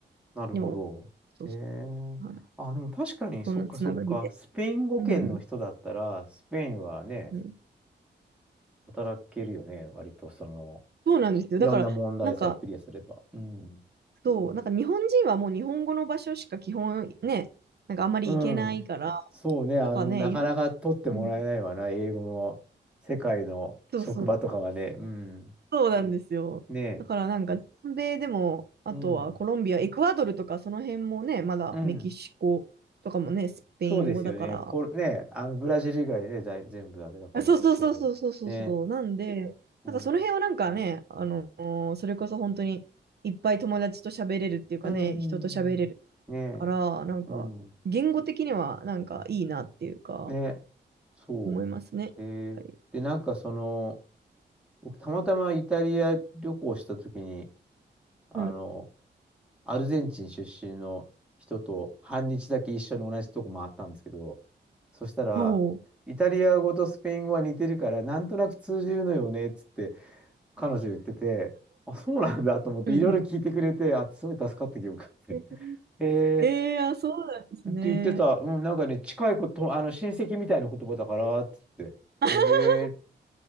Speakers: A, in the centre; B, on the right (about 60°).
A: なるほど。
B: でも、そうそ
A: えー。
B: う、はい、
A: あ、でも確かに、そっかそっか。
B: そんなつながりで。
A: スペイン語圏の人だったら、
B: うん、
A: スペインはね、
B: うん。
A: 働けるよね、割とその、
B: そうなんですよ。
A: いろんな問題さえクリアすれば。
B: だから、なんか、
A: うん。
B: そう、なんか日本人はもう日本語の場所しか基本ね、なんかあんまり行けないから、
A: うん。そうね。あの、
B: なんかね、
A: なかなか取ってもらえないわな。
B: いろん、うん、
A: 英語の世界の職場とかはね。
B: そうそう、
A: うん。
B: そうなんですよ。
A: ねえ。
B: だからなんか、南米でも、あとはコロンビア、
A: うん。
B: エクアドルとかその辺もね、まだメキシコとかもね、
A: うん。
B: スペイン語だから、
A: そうですよね。ポル、ねえ、あの、ブラジル以外でだい全部あれだから。
B: そうそうそうそうそうそうそう。
A: うん。ねえ。
B: なんで、
A: うん。
B: なんかその辺はなんかね、あのそれこそ本当にいっぱい友達と喋れるっていうかね、
A: うん。
B: 人と喋れる
A: うんねえ。
B: から、なんか言語的にはなんかいいなっていうか、
A: うん。ねえ。そ
B: 思いますね。やっぱり
A: う。えー、で、なんかその、僕、たまたまイタリア旅行した時に、あの、
B: はい。
A: アルゼンチン出身の人と半日だけ一緒に同じとこ回ったんですけど、そしたら、
B: おお。
A: イタリア語とスペイン語は似てるから、なんとなく通じるのよねっつって彼女言ってて、あ、そうなんだと思って、
B: うんうん。
A: いろいろ聞いてくれて、あ、すごい助かった記憶があって。
B: <laughs>
A: へえ
B: ええー、あ、そうなんですね。
A: って言ってた、うん、なんかね、近いこと、あの親戚みたいな言葉だからっつって、
B: <laughs>
A: へえ